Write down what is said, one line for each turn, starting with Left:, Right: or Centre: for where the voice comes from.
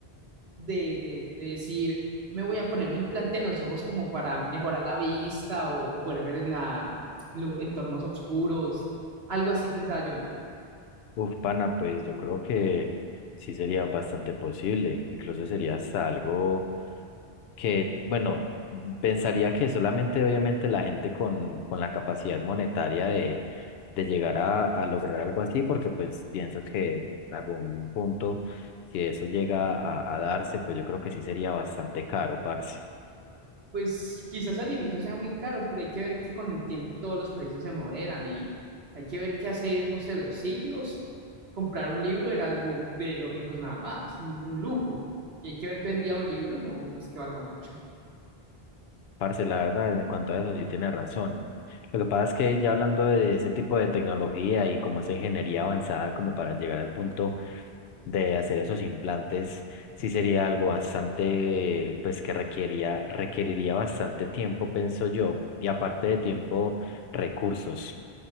Right: de, de- de decir, me voy a poner un implante en los ojos como para mejorar la vista o, o poder ver en la, en lu- entornos oscuros, algo así pensaba yo.
Left: Uf, pana, pues yo creo que sí sería bastante posible, incluso sería hasta algo que, bueno, pensaría que solamente obviamente la gente con, con la capacidad monetaria de, de llegar a, a lograr algo así, porque pues pienso que en algún punto, si eso llega a, a darse, pues yo creo que sí sería bastante caro, parce.
Right: Pues quizás al inicio sea muy caro, pero hay que ver que con el tiempo todos los precios se moderan y hay que ver que hace, no sé, dos siglos comprar un libro era algo de los ricos nada más, un, un lujo. Y hay que ver que hoy en día un libro no, no es que valga mucho.
Left: Parce, la verdad, en cuanto a eso sí tiene razón. Lo que pasa es que ya hablando de ese tipo de tecnología y como esa ingeniería avanzada como para llegar al punto de hacer esos implantes sí sería algo bastante, pues que requería, requeriría bastante tiempo, pienso yo, y aparte de tiempo, recursos.